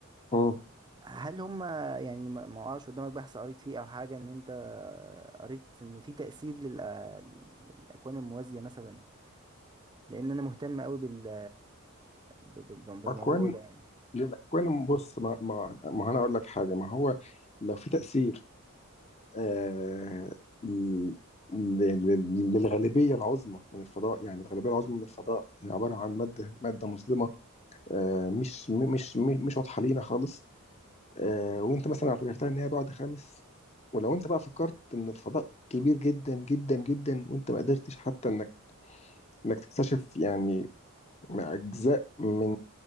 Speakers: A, on the left; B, on the right.
A: مم.
B: هل هم يعني ما ما وقعش قدامك بحث قريت فيه او حاجة ان انت آه، قريت ان في تأثير للأ- للأكوان الموازية مثلا لان انا مهتم قوي بال بال- بالموضوع
A: اكوان
B: ده يعني
A: الاكوان بص ما, ما, ما انا اقول لك حاجه ما هو لو في تاثير آه ل- ل- للغالبيه العظمى من الفضاء يعني الغالبيه العظمى من الفضاء هي عباره عن ماده ماده مظلمه آه مش م- مش م- مش واضحه لينا خالص آه، وانت مثلا اعتبرتها ان هي بعد خامس ولو انت بقى فكرت ان الفضاء كبير جدا جدا جدا وانت ما قدرتش حتى انك انك تكتشف يعني مع اجزاء من